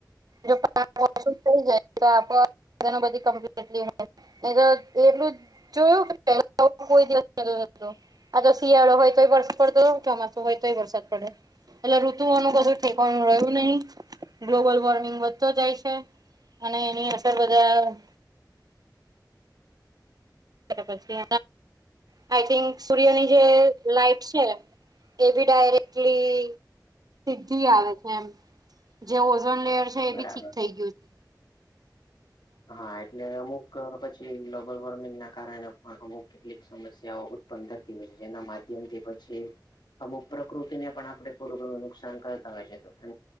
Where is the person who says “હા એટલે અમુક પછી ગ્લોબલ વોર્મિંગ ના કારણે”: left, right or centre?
Left